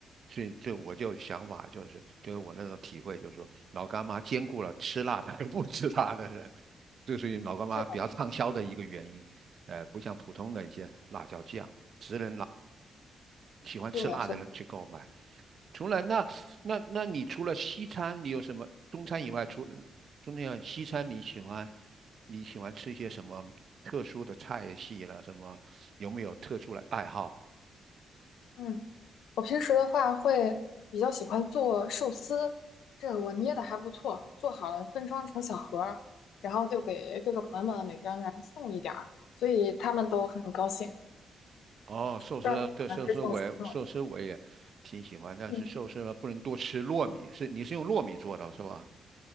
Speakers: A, on the right (about 45°); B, on the left (about 85°).
A: 这这我就想法就是，就是我那种体会就是说，老干妈兼顾了吃辣的和不吃辣的人，这属于老干妈比较畅销的一个原因。
B: 是的
A: 呃，不像普通的一些辣椒酱，只能辣喜欢吃辣的人去购买。
B: 是的，是的
A: 除了那那那你除了西餐，你有什么中餐以外，除了中餐以外，西餐你喜欢你喜欢吃一些什么特殊的菜系了？什么有没有特殊的爱好？
B: 嗯。我平时的话会比较喜欢做寿司，这个我捏的还不错，做好了分装成小盒儿，然后就给各个朋友们每个人送一点儿，所以他们都很高兴。
A: 哦，寿司对寿司我也寿司我也挺喜欢，
B: 不知道你喜欢吃寿司吗？
A: 但是寿司呢不能多吃糯米，
B: 嗯。
A: 是你是用糯米做的是吧？